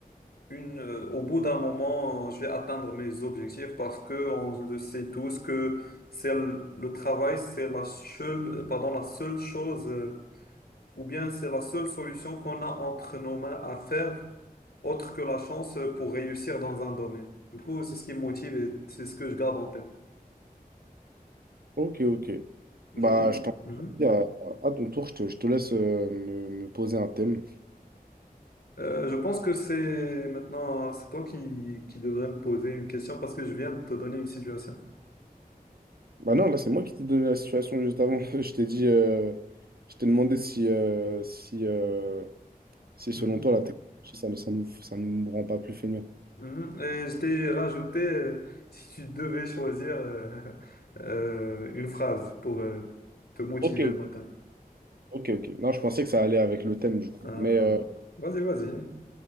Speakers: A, on the left; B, on the right.
A: une, euh, au bout d'un moment, euh, je vais atteindre mes objectifs parce que on le sait tous que c'est le, le travail, c'est la seule, euh, pardon, la seule chose, euh, ou bien c'est la seule solution qu'on a entre nos mains à faire, autre que la chance euh, pour réussir dans un domaine. Du coup, c'est ce qui me motive et c'est ce que je garde en tête.
B: Ok, ok. Bah,
A: Vas-y.
B: je t'en
A: Mhm.
B: prie, à, à ton tour, je te, je te laisse euh, me, me poser un thème.
A: Euh, je pense que c'est maintenant, c'est toi qui, qui devrais me poser une question parce que je viens de te donner une situation.
B: Bah non, là, c'est moi qui t'ai donné la situation juste avant. <laughs> Je t'ai dit, euh, je t'ai demandé si, euh, si, euh, si selon
A: Mhm,
B: toi, la technologie, ça, ne- ça nous, ça nous rend pas plus feignants.
A: mhm. Et je t'ai rajouté, euh, si tu devais choisir euh, <laughs> euh, une phrase pour euh, te motiver
B: Ok, ok.
A: le matin.
B: Ok, ok. Non, je pensais que ça allait avec le thème du coup.
A: Ah
B: Mais
A: non,
B: euh,
A: non. Vas-y, vas-y.